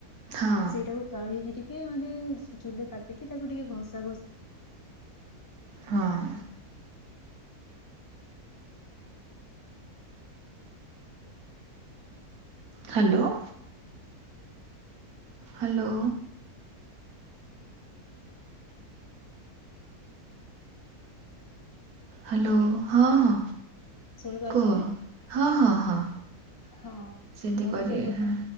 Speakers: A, on the right (about 75°); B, on the left (about 20°).
A: ହଁ
B: ସେଇଟାକୁ କାଢିକି ଟିକେ ଟିକେ ମାନେ ଛୁରୀରେ କାଟିକି ତାକୁ ଟିକେ ଘଷା ଘଷି
A: ହଁ ହ୍ୟାଲୋ ହ୍ୟାଲୋ ହ୍ୟାଲୋ ହଁ ହଁ
B: ଶୁଣି ପାରୁଛନ୍ତି
A: କୁହ ହଁ ହଁ ହଁ
B: ହଁ
A: ସେମିତି
B: ମୁଁ
A: କରିବେ
B: ତ ସେଇ କଥା,
A: ହଁ